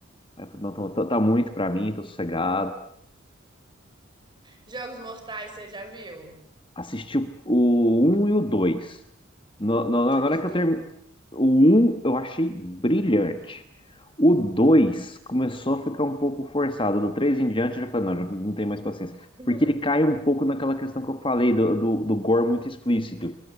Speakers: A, on the left; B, on the right.
A: Aí eu falei, Não, tá, tá muito pra mim, tô sossegado.
B: Jogos Mortais, você já viu?
A: Assisti o, o 1 e o 2. No- no- na
B: Você
A: hora
B: gostou?
A: que eu terminei, o um, eu achei brilhante. O 2 começou a ficar um pouco forçado. Do 3 em diante eu já falei, não, já não tenho mais paciência.
B: <laughs>
A: Porque ele cai um pouco naquela questão que eu falei do, do, do gore muito explícito.